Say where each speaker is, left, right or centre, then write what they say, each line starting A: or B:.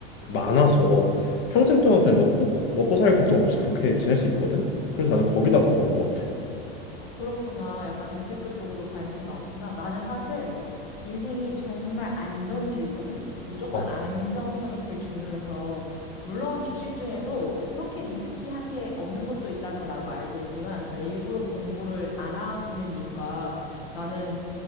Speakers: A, on the left; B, on the left.
A: 많아서 평생 동안 그냥 먹고, 먹고 살 걱정 없이 그렇게 지낼 수 있거든. 그래서 나는 거기다 다 넣을 것 같아.
B: 그렇구나. 약간 재테크 쪽으로 관심이 많구나. 나는 사실 인생이 정말 안전주의거든? 무조건
A: 어.
B: 안정성이 제일 중요해서, 물론 주식 중에도 그렇게 리스키한 게 없는 것도 있다는 걸 나도 알고 있지만, 난 일부러 공부를 안 하는 이유가 나는